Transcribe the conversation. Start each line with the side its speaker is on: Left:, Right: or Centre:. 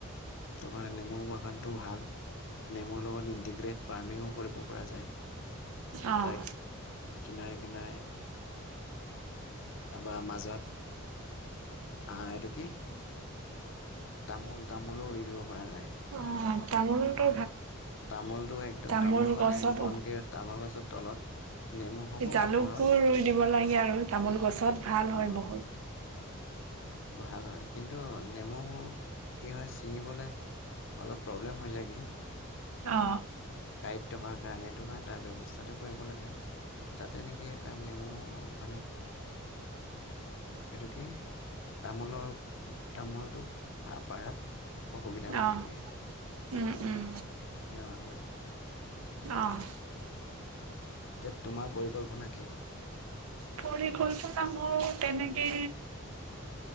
Left: তোমাৰ নেমু বাগানটো ভাল নেমুৰ লগত ইণ্টিগ্ৰেট ফাৰ্মিঙো কৰিব পৰা যায়
Right: অহ
Left: তাৰ কিনাৰে কিনাৰে বা মাজত আহ এইটো কি তামোল তামোলো ৰুই দিব পৰা যায়
Right: অ', তামোলটো
Left: তামোলটো একদম
Right: তামোল
Left: মানে
Right: গছত
Left: ঘনকে তামোল গছৰ তলত নেমু হ'ব
Right: জালুকো
Left: ওপৰত
Right: ৰুই দিব লাগে আৰু তামোল গছত ভাল
Left: অ
Right: হয় বহুত
Left: ভাল হয় কিন্তু নেমু কি হয় ছিঙিবলৈ অলপ প্ৰব্লেম হৈ যায়গৈ
Right: অ
Left: গড়ীত থকাৰ কাৰণে সেইটো কাৰণে তাৰ ব্যৱস্থাটো কৰিব লাগে যাতে নেকি এটা নেমু মানে এইটো কি তামোলৰ তামোলটো পাৰাত অসুবিধা নহয়গে
Right: অ', উম উম
Left: তেনেকুৱা কৰিব লাগে
Right: অঁ
Left: এতিয়া তোমাৰ পৰিকল্পনা কি
Right: পৰিকল্পনা মোৰ তেনেকে